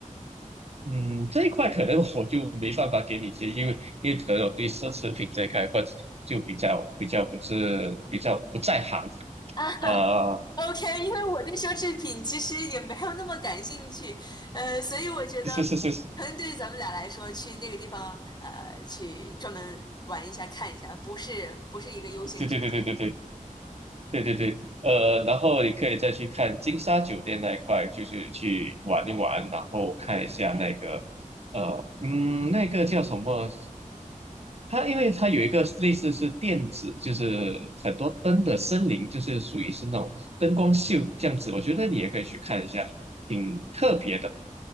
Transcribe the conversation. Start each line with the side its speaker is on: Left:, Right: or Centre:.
Right: 嗯，这一块可能我就没办法给你建议，因为因为可能我对奢侈品这一块或者就比较比较不是比较不在行
Left: 啊？<laughs>
Right: 啊。
Left: OK，因为我对奢侈品其实也没有那么感兴趣，呃，所以我觉得
Right: 是是是是，
Left: 可能对于咱们俩来说，去那个地方，呃，去专门玩一下、看一下，不是不是一个优先选项。
Right: 对对对对对对。对对对，呃，然后你可以再去看金沙酒店那一块，就是去玩一玩，然后看一下那个，呃，嗯，那个叫什么？它因为它有一个类似是电子，就是很多灯的森林，就是属于是那种灯光秀这样子，我觉得你也可以去看一下，挺特别的，